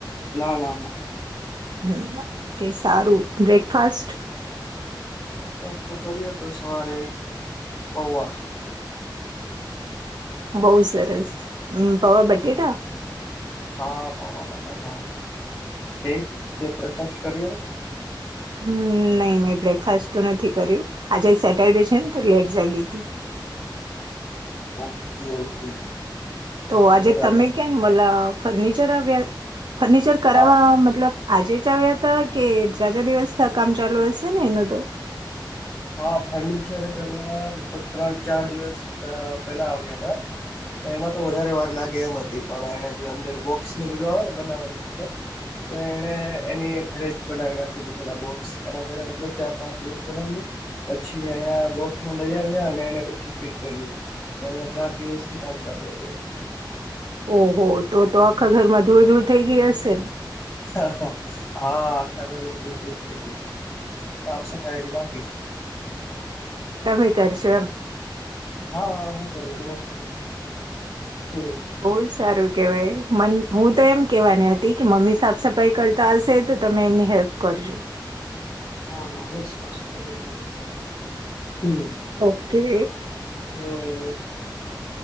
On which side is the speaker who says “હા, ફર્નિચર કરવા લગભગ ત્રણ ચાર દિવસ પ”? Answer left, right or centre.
Left